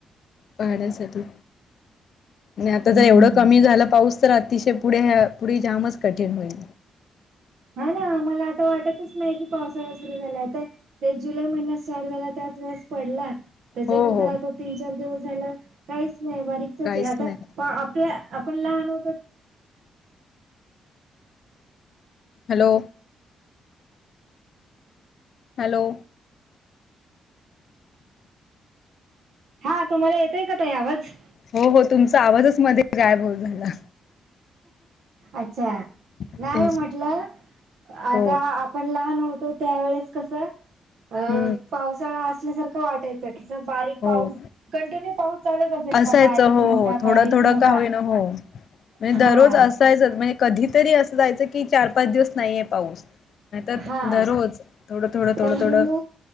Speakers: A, on the left; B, on the right.
A: पाण्यासाठी. आणि आता
B: हम्म
A: जर एवढं कमी झाला पाऊस तर अतिशय पुढे पुढे जामच कठीण होईल.
B: हा ना मला आता वाटतच नाही की पावसाळा सुरू झालाय तर. ते जुलै महिन्यात सॅड झाला त्याच वेळस पडला त्याच्यानंतर
A: हो हो
B: आता तीन चार दिवस झालं काहीच नाही बारीकचच
A: काहीच
B: आहे आता
A: नाही
B: आपण लहान होतो.
A: हॅलो. हॅलो.
B: हा तुम्हाला येतोय का ताई आवाज.
A: हो हो तुमचा आवाजच मध्ये गायब होऊन झाला.
B: अच्छा
A: झाला
B: नाही म्हटलं आता
A: हो
B: आ आपण लहान होतो त्यावेेळेस कसं अ
A: हम्म
B: पावसाळा असल्यासारखं वाटायचं. तर किचक बारीक
A: हो
B: पाऊस कंटिन्यू पाऊस चालत होते
A: असायचं
B: बारीक
A: हो
B: मोठा
A: हो थोडं
B: बारीक
A: थोडं
B: मोठा
A: का होईना हो. म्हणजे
B: हा.
A: दररोज असायचं म्हणजे कधीतरी असं जायचं की चार पाच दिवस नाहीये पाऊस नाही तर
B: हा
A: दररोज थोडं थोडं थोडं
B: कंटिन्यू
A: थोडं